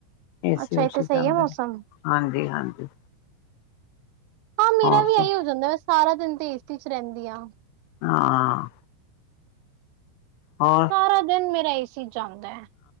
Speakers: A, on the left (about 85°); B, on the right (about 85°).
A: ਏਸੀ
B: ਅੱਛਾ
A: ਓਸੀ
B: ਇੱਥੇ ਸਹੀ
A: ਚਲਦੇ
B: ਹੈ ਮੌਸਮ
A: ਹਾਂਜੀ ਹਾਂਜੀ
B: ਹਾਂ ਮੇਰਾ
A: ਹੋਰ
B: ਵੀ
A: ਸਬ
B: ਇਹੀ ਹੋ ਜਾਂਦਾ ਮੈਂ ਸਾਰਾ ਦਿਨ ਤੇ ਏਸੀ ਚ ਰਹਿੰਦੀ ਹਾਂ
A: ਹਾਂ ਹੋਰ
B: ਸਾਰਾ ਦਿਨ ਮੇਰਾ ਏਸੀ ਚਲਦਾ ਹੈ